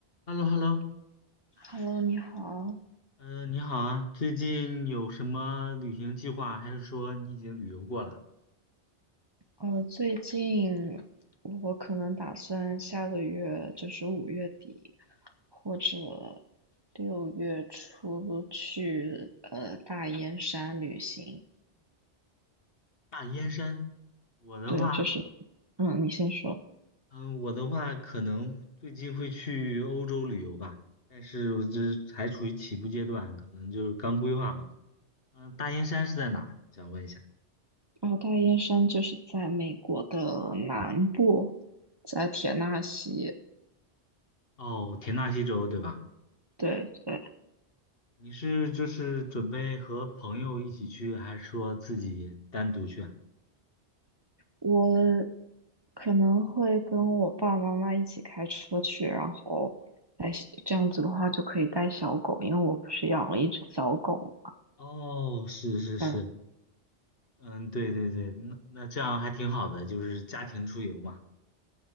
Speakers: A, on the left; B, on the right.
A: h e l l o h e l l o
B: Hello，你好。
A: 嗯，你好啊，最近有什么旅行计划？还是说你已经旅游过了？
B: 呃，最近我可能打算下个月，就是五月底或者六月初去呃大燕山旅行。
A: 大燕山，我的话，
B: 对，就是，嗯，你先说。
A: 嗯，我的话可能最近会去欧洲旅游吧，但是我这还处于起步阶段，可能就是刚规划嘛。嗯，大燕山是在哪？我想问一下。
B: 哦，大燕山就是在美国的南部，在田纳西。
A: 哦，田纳西州对吧？
B: 对对，
A: 你是就是准备和朋友一起去，还是说自己单独去啊？
B: 我可能会跟我爸爸妈妈一起开车去，然后带小，这样子的话就可以带小狗，因为我不是养了一只小狗。
A: 哦，是是是，
B: 嗯，
A: 嗯，对对对，那那这样还挺好的，就是家庭出游嘛。